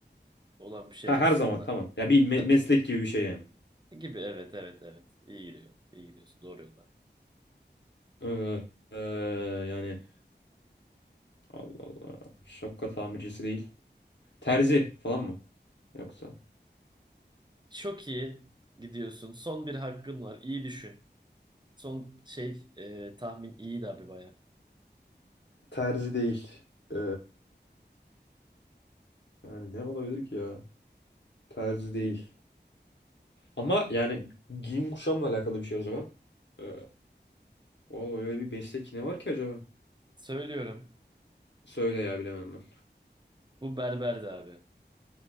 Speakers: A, on the right; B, on the left.
A: olan bir şey
B: Ha
A: aslında.
B: her zaman tamam. Ya bir me-
A: Tabii.
B: meslek gibi bir şey yani.
A: Gibi evet evet evet. İyi gidiyor. İyi gidiyorsun. Doğru yolda.
B: Ee, ee, yani Allah Allah. Şapka tamircisi değil. Terzi falan mı? Yoksa.
A: Çok iyi gidiyorsun. Son bir hakkın var. İyi düşün. Son şey e, tahmin iyiydi abi baya.
B: Terzi değil. Ee, yani ne olabilir ki ya? Terzi değil. Ama yani giyim kuşamla alakalı bir şey o zaman. Ee, vallahi öyle bir meslek ne var ki acaba?
A: Söylüyorum.
B: Söyle ya bilemem ben.
A: Bu berberdi abi.